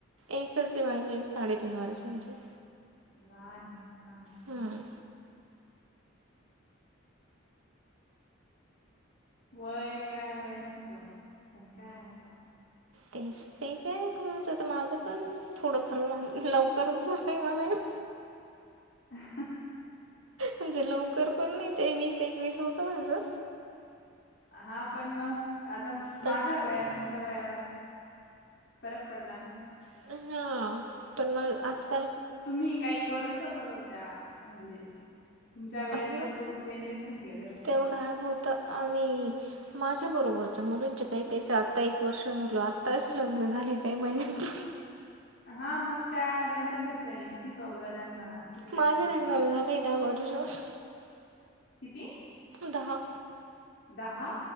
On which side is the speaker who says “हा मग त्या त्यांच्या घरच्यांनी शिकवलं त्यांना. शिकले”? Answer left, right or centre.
Left